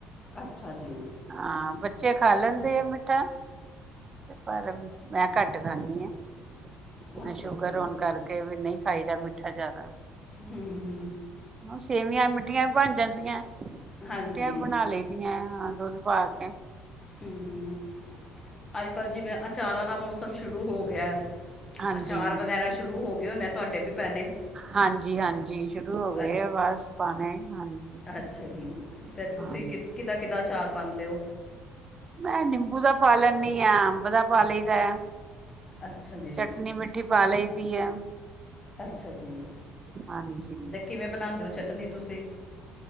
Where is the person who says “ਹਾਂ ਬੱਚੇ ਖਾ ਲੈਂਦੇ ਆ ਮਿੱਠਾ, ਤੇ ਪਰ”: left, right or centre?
Right